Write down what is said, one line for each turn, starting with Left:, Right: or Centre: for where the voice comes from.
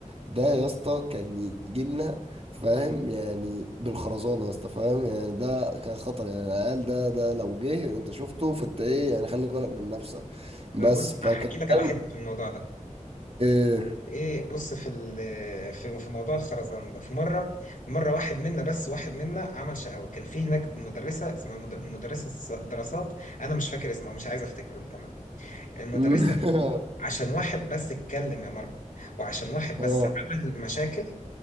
Right: ده يا اسطى كان يجي لنا فاهم يعني بالخرزانه يا اسطى فاهم يعني ده كان خطر يعني العيال ده ده لو جه انت شفته فانت ايه يعني خلي بالك من نفسك بس
Left: انا بص انا
Right: فكان
Left: هحكي لك على
Right: فاهم
Left: حتة في الموضوع ده
Right: ايه
Left: ايه بص في ال- في في موضوع الخرزان ده في مرة مرة واحد منا بس واحد منا عمل شقاوة كان في هناك مدرسة اسمها مد- مدرسة دراسات انا مش فاكر اسمها مش عايز افتكره للأمانة المدرسة
Right: <laughs>
Left: دي عشان واحد بس اتكلم يا ماركو وعشان واحد
Right: اه
Left: بس عمل مشاكل